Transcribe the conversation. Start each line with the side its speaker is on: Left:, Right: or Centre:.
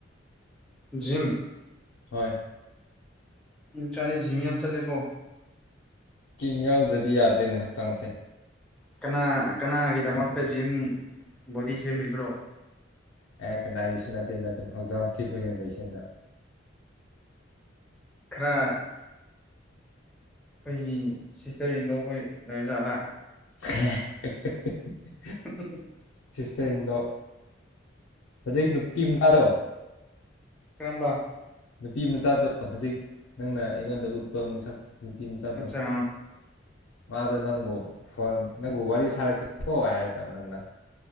Centre: ꯖꯤꯝ
Left: ꯍꯣꯏ
Centre: ꯎꯝ ꯆꯠꯂꯦ ꯖꯤꯝ ꯌꯥꯝ ꯆꯠꯂꯦꯀꯣ
Left: ꯖꯤꯝ ꯌꯥꯎꯗ꯭ꯔꯗꯤ ꯌꯥꯗ꯭ꯔꯦꯅꯦ ꯍꯛꯆꯥꯡꯁꯦ
Centre: ꯀꯥꯅ ꯀꯥꯅꯒꯤꯗꯃꯛꯇ ꯖꯤꯝ ꯕꯣꯗꯤ ꯁꯦꯝꯃꯤꯕ꯭ꯔꯣ
Left: ꯑꯦ ꯍꯦ ꯀꯅꯥꯒꯤꯁꯨ ꯅꯠꯇꯦꯗ ꯗꯨꯝ ꯍꯛꯆꯥꯡ ꯐꯤꯠ ꯑꯣꯏꯅ ꯂꯩꯁꯦꯅ
Centre: ꯈꯥꯔ ꯑꯈꯣꯏꯒꯤ ꯁꯤꯁꯇ꯭ꯔ ꯏꯟꯂꯣ ꯈꯣꯏ ꯂꯩꯕ ꯖꯥꯠꯂ
Left: ꯈꯦ ꯍꯦ ꯍꯦ
Centre: <inaudible>
Left: ꯁꯤꯁꯇ꯭ꯔ ꯏꯟꯂꯣ ꯍꯧꯖꯤꯛ ꯅꯨꯄꯤ ꯃꯆꯥꯗꯣ
Centre: ꯀꯔꯝꯕ
Left: ꯅꯨꯄꯤ ꯃꯆꯥꯗꯣ ꯍꯧꯖꯤꯛ ꯅꯪꯅ ꯑꯩꯉꯣꯟꯗ ꯎꯠꯄ ꯃꯁꯛ ꯅꯨꯄꯤ ꯃꯆꯥꯗꯣ
Centre: ꯑꯠꯆꯥ
Left: ꯃꯥꯗꯣ ꯅꯪꯕꯨ ꯐꯣꯟ ꯅꯪꯕꯨ ꯋꯥꯔꯤ ꯁꯥꯔꯛꯀꯦꯀꯣ ꯍꯥꯏꯔꯒ ꯅꯪꯅ